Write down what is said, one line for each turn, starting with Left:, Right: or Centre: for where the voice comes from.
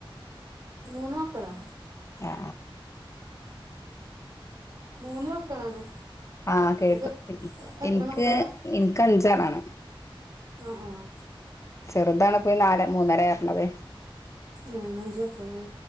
Right: മൂന്നോക്കളാം
Left: ആ
Right: മൂന്ന് മക്കളാണ്
Left: ആഹ കേട്ടു
Right: ഇങ്ങക്ക് എത്ര
Left: എനിക്ക്
Right: മക്കളാ
Left: എനിക്ക് അഞ്ചാറാണ്
Right: ആഹ ആഹ
Left: ചെറുതാണ് ഇപ്പൊ ഈ നാലല് മൂന്നര ആരണത്
Right: ആ നഞ്ച വെക്കല്ലേ